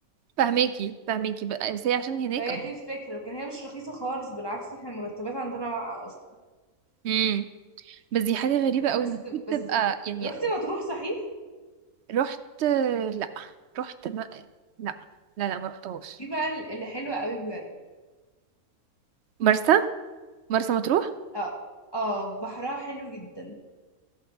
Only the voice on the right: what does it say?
فهماكي فهماكي بقى بس هي عشان هناك
امم بس دي حاجة غريبة قوي
المفروض
تبقى يعني
رحت لا رحت ما... لا لا لا ما رحتهاش
مرسى مرسى مطروح